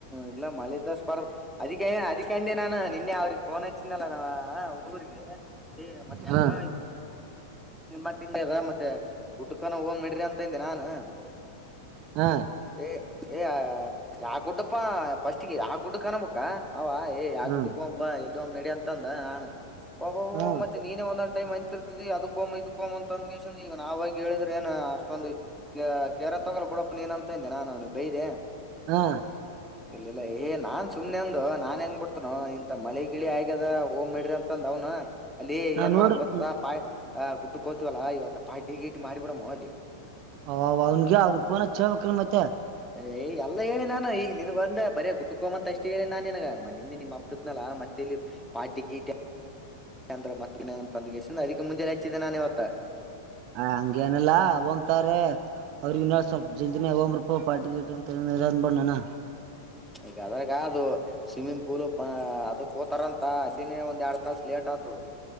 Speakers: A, in the centre; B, on the right.
A: ಇಲ್ಲ ಮಳೀ ಪರ್ ಅದಿಕ್ಕೆ ಅದಿಕ್ಕೆ ಅಂದೆ ನಾನು ನಿನ್ನೆ ಅವ್ರಗ್ ಫೋನ್ ಹಚ್ಚಿದಲ್ಲ ನಾ ಆ ಹುಡುಗರಿಗೆ ಏ ಮತ್ತ
B: ಹಾ
A: ಹೆಂಗ ನಿಮ್ಮ ಮತ್ತೆ ಊಟಕನ ಹೋಗಂ ನಡ್ರಿ ಅಂತ ಅಂದೆ ನಾನು
B: ಹಾ
A: ಎ ಏ ಯಾ ಗುಡ್ಡಪ್ಪಾ ಫಸ್ಟಿಗೆ ಯಾ ಗುಡ್ಡಕ್ಕನಬೇಕ ಅವಾ ಯಾ
B: ಹ್ಮ್
A: ಗುಡ್ಡುಕೋಗಂಪಾ ಎಲ್ಲಿ ಹೋಗಮ್ ನಡಿ ಅಂತಂದ ನಾನ ಒಬಾಬಬ
B: ಹ್ಮ್
A: ಮತ್ತೆ ನೀನೇ ಒಂದೊಂದ್ ಟೈಮ್ ಅ ತರ್ತಿದಿ ಕೋಮ್ ಇದ್ಕೋಮ್ ಅಂತ ಅಂದ ಈಗ ನಾವ್ ಹೋಗಿ ಹೇಳಿದ್ರೆ ಏನ್ ಅಷ್ಟೊಂದು ಕೇರ ತಗೋ ಬಿಡಪ್ಪ ನೀನಂತ ಅಂದೆ ನಾನು ಅವ್ನಿಗೆ ಬೈದೆ
B: ಹಾ
A: ಇ ಏೇ ನಾನ್ ಸುಮನೆ ಒಂದು ನಾನ್ ಹೆಂಗ್ ಬಿಡ್ತನ ಇಂತ ಮಳೆ ಗಿಳ ಆಯ ಹಾಗದ ಓ್ ಮಡ್ರಿ ಅಂತಂದ ಅವ್ನು ಅಲ್ಲಿ
B: ನಾ
A: ಏನ್
B: ನೋಡ್ರಿ
A: ಮಾಡಮ ಗೊತ್ತದ ಪಾಯ ಗುಡ್ ಕೋತಿವಲ್ಲ ಇವತ್ತು ಪಾಿಗಿ ಇಿ ಮಾಡಿ ಬಿಡಮ ಅಲ್ಲಿ
B: ಅವ ಅವ ಅವನ್ಗೆ ಫೋನ್ ಹಚ್ಚಿ ಹೇಳ್ಬೇಕಿಲ್ ಮತ್ತೆ
A: ಏ ಎಲ್ಲ ಹೇಳಿ ನಾನು ಈಗ ನಿನ್ಗ ಒಂದ ಬರೆ ಗುಡ್ಡಕ್ಕೊಗಮ್ ಅಂತ ಅಷ್ಟೇ ಹೇಳಿನ್ನಾ ನಿನಗ ನಿನ್ನೆ ನಿಮ್ಮ ಅಪ್ಪಿದ್ನಲ್ಲ ಮತ್ತೆಲ್ಲಿ ಪಾರ್ಟಿ ಗೀರ್ಟಿ ಅಂದ್ರ ಮತ್ ಅಂತದ್ಗೆಸಿಂದ ಅದಕ್ಕೆ ಮುಂಜೆ ಹಚ್ಚಿದ್ದೆ ನಾನ ಇವತ್ತ
B: ಹಾ ಹಂಗೇನಿಲ್ಲಾ ಹೊಂಬ್ತರೀ ಅವ್ರಿಗಿನ್ನ ಸ್ವಲ್ಪ ಜಲ್ದಿನ ಹೋಗಂಬ್ರಪ್ಪ ಪಾರ್ಟಿ ಗೀರ್ಟಿ ಅಂತ ಅಂದ್ಬಿಡ್ನಣ
A: ಈಗ ಅದ್ರಾಗ ಅದು ಸ್ವಿಮ್ಮಿಂಗ್ ಪೂಲ್ ಅದಕೋತಾರಂತ ಅಲ್ಲಿನೇ ಒಂದ್ ಎರಡ್ ತಾಸ ಲೇಟ್ ಆತದ